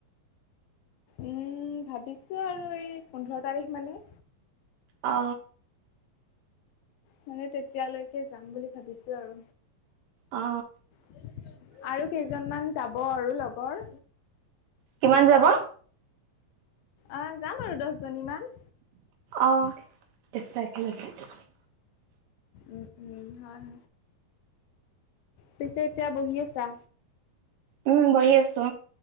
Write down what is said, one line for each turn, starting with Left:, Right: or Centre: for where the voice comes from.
Left: উম, ভাবিছো আৰু এই পোন্ধৰ তাৰিখ মানে।
Right: অ।
Left: মানে তেতিয়ালৈকে যাম বুলি ভাবিছো আৰু।
Right: অ
Left: <unintelligible> আৰু কেইজনমান যাব আৰু লগৰ।
Right: কিমান যাব?
Left: আ যাম আৰু দছজনী মান।
Right: অ। <unintelligible>
Left: উম, উম হয়। পিছে এতিয়া বহি আছা?
Right: উম বহি আছো